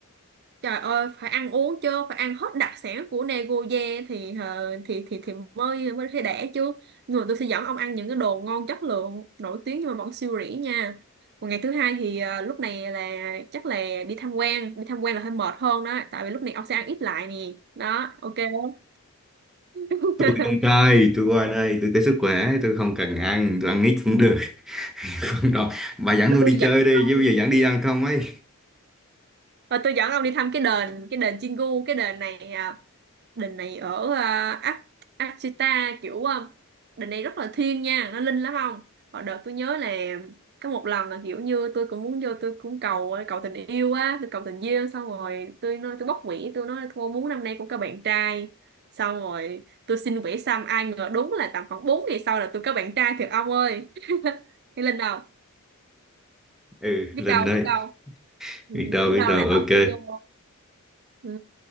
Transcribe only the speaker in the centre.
tôi không chơi tôi qua đây tôi tới sức khỏe tôi không cần ăn tôi ăn ít cũng được <laughs> không đâu bà dẫn tôi
đi
chơi đi
chứ bây giờ dẫn đi ăn không ấy
ừ
lên
đây
biết đâu
biết
đâu
ok